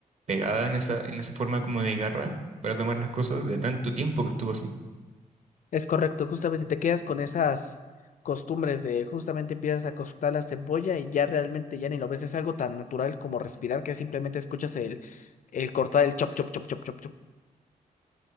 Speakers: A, on the right (about 50°); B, on the left (about 60°).
A: pegada en esa, en esa forma como de garra para tomar las cosas de tanto tiempo que estuvo así.
B: Es correcto, justamente te quedas con esas costumbres de justamente empiezas a cortar la cebolla y ya realmente ya ni lo ves, es algo tan natural como respirar que simplemente escuchas el, el cortar el chop, chop, chop, chop, chop, chop,